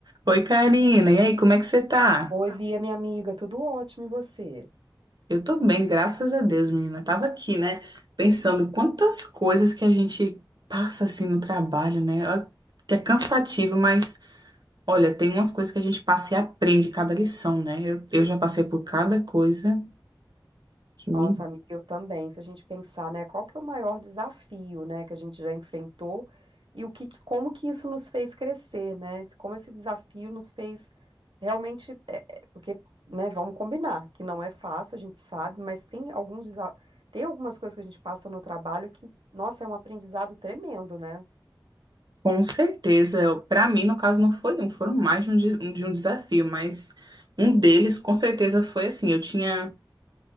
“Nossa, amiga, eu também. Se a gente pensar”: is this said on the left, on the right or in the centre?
Right